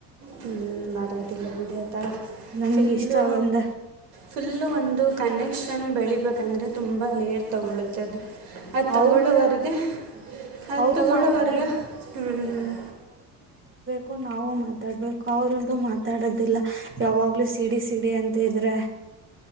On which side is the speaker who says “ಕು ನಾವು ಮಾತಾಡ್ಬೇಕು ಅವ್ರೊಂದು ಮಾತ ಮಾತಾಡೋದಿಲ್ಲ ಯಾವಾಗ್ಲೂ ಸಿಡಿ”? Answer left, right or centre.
Right